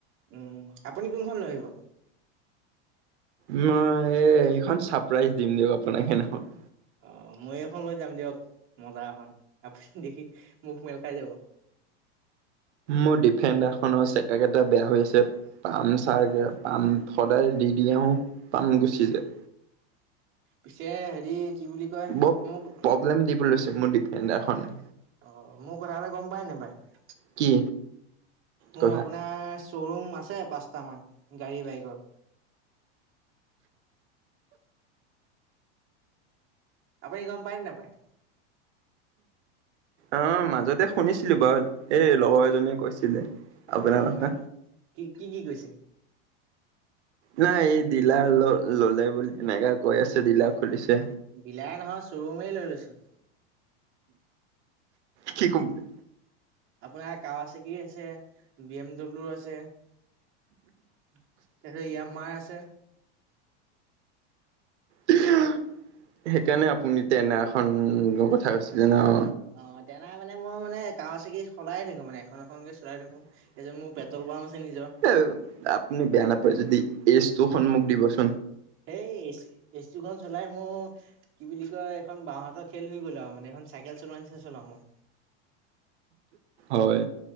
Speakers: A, on the right; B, on the right.
A: উম, আপুনি কোনখন লৈ আহিব?
B: মই এই এইখন চাৰপ্ৰাইজ দিম দিয়ক আপোনাক সেইদিনাখন।
A: অ' মই এইখন লৈ যাম দিয়ক মজা এখন, আপুনি দেখি মুখ মেল খাই যাব।
B: মোৰ ডিফেণ্ডাৰ এখনো আছে, চকাকেইটা বেয়া হৈ আছে, পামচাৰ। পাম সদায় দি দি আহো। পামে গুচি
A: উম
B: যায়।
A: পিছে হেৰি কি বুলি কয়
B: বৰ
A: মোক
B: প্ৰব্লেম দিব লৈছে মোৰ ডিফেণ ফেণ্ডাৰ খনে।
A: অ' মোৰ কথা এটা গম পায় নেপায়?
B: কি কথা?
A: মোৰ আপোনাৰ শ'ৰুম আছে, পাঁচটা মান গাড়ী বাইকৰ আপুনি গম পায় নে নাপায়?
B: আ'হ, মাজতে শুনিছিলো বাৰু এই লগৰ এজনে কৈছিলে। আপোনাৰ
A: অ'
B: কথা।
A: কি, কি, কি কৈছে?
B: নাই, এই দিলা ল ললে বুলি এনেকা কৈ আছে ডিলাৰ খুলিছে।
A: দিলাই নহয়, চ্বৰুমেই লৈ লৈছো।
B: কি কোম্পানী?
A: আপোনাৰ কাগজ আছে বি এম ডব্লিউ আছে, তাৰছত ইয়ামাৰ আছে।
B: সেইকাৰণে আপুনি তেনাৰখন লোৱাৰ কথা কৈছিলে ন?
A: অঁ, তেনে মানে মই মানে কাওয়াসাকি সলায়ে থাকো মানে এখন এখনকে চলাই থাকো।
B: <unintelligible>
A: তাৰপিছত মোৰ পেট্ৰল পাম্প আছে নিজৰ।
B: আপুনি বেয়া নাপায় যদি এইজটো সন্মুখ দিব চো
A: <unintelligible> খন চলাই মোৰ কি বুলি কয় এখন বাঁহাতৰ খেল হৈ গ'ল আৰু মানে এখন ছাইকেল চলোৱা নিচিনা চলাও মই।
B: হয়